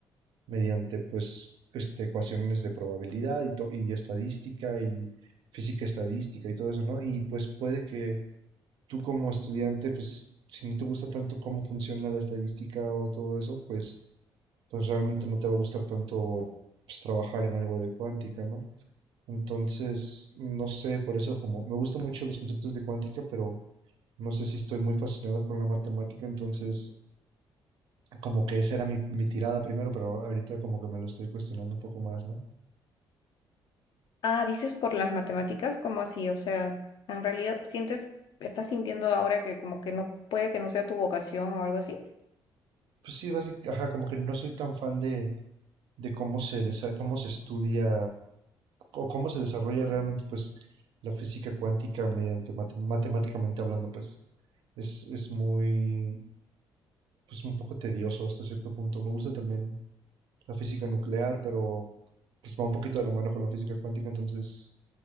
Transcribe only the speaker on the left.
Ah, dices por las matemáticas, ¿cómo así? O sea, en realidad sientes, estás sintiendo ahora que como que no puede que no sea tu vocación o algo así.